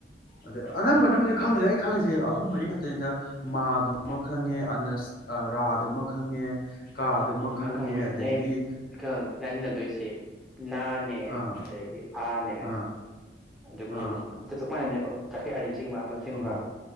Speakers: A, on the left (about 55°); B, in the centre.
A: ꯑꯗ ꯑꯅꯝꯕꯅꯕꯨꯗꯤ
B: ꯎꯝ
A: ꯈꯪꯗ꯭ꯔꯦ ꯑꯩ ꯑꯩꯁꯦ ꯑꯍꯨꯝ ꯃꯔꯤ ꯈꯛꯇꯅꯤꯗ ꯃꯥ ꯑꯗꯨꯝ ꯈꯪꯉꯦ ꯑꯅꯁ ꯔꯥꯗꯨꯃ ꯈꯪꯉꯦ ꯀꯥꯗꯨꯃ ꯈꯪꯉꯦ
B: ꯅꯪ ꯈꯪꯕꯗꯤ
A: ꯑꯗꯒꯤ
B: ꯊꯌꯦꯡ ꯂꯥꯟꯃꯤꯟꯅꯗꯣꯏꯁꯤ ꯅꯥꯅꯦ
A: ꯑꯥ
B: ꯑꯗꯒꯤ ꯑꯥꯅꯦ
A: ꯑꯥ
B: ꯑꯗꯨ ꯃꯣꯏꯗꯣ
A: ꯑꯥ
B: ꯑꯗꯨ ꯆ ꯆꯞ ꯃꯥꯟꯅꯅꯦꯕ ꯆꯈꯩ ꯑꯅꯤꯡ ꯆꯤꯡꯕ ꯑꯃ ꯆꯤꯡꯕ
A: ꯑꯣ